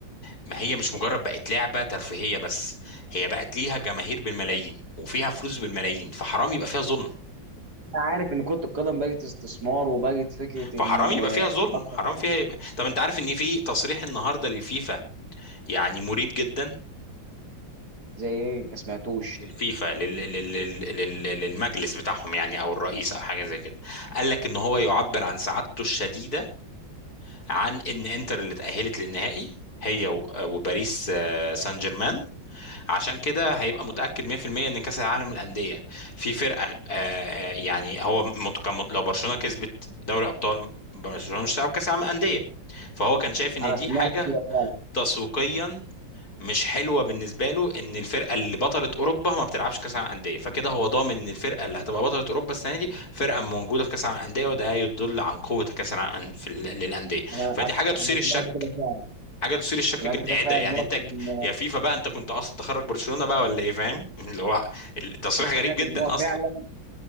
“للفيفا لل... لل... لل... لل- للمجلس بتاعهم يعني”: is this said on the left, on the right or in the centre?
Left